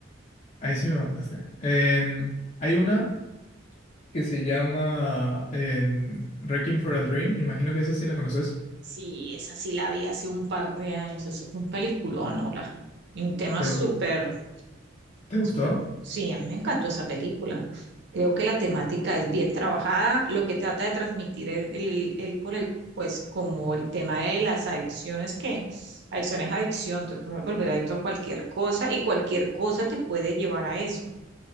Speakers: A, on the left; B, on the right.
A: Ahí sí me mataste. En- hay una que se llama en, Requiem for a Dream, imagino que esa sí la conoces.
B: Sí, esa sí la vi hace un par de años. Eso es un peliculón, hola. Y un tema
A: ¿Te,
B: súper
A: te gustó?
B: Súper. Sí, a mí me encantó esa película. Creo que la temática es bien trabajada. Lo que trata de transmitir el, el, el con el, pues, como el tema de las adicciones, que adicción es adicción, te puedes volver adicto a cualquier cosa y cualquier cosa te puede llevar a eso. O